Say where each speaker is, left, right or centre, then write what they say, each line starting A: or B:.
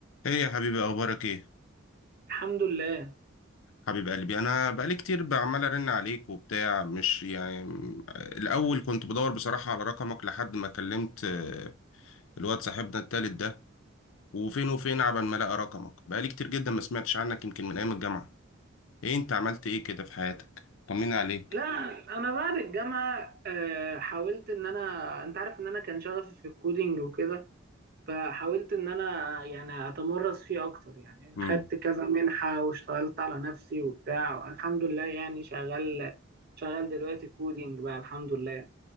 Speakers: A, on the left; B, on the right.
A: ايه يا حبيبي اخبارك ايه
B: الحمد لله
A: حبيب قلبي انا بقالي كتير بعمل ارن عليك وبتاع مش يعني م- الاول كنت بدور بصراحة على رقمك لحد ما كلمت آه، الواد صاحبنا التالت ده وفين وفين عبال ما لقى رقمك بقالي كتير جدا ما سمعتش عنك يمكن من ايام الجامعة ايه انت عملت ايه كده في حياتك طمني عليك
B: لا انا بعد الجامعه آه، حاولت ان انا انت عارف ان انا كان شغفي في الكودينج وكده فحاولت ان انا يعني اتمرس فيه اكتر يعني
A: امم
B: خدت كذا منحه واشتغلت على نفسي وبتاع الحمد لله يعني شغال شغال دلوقتي كودينج بقى الحمد لله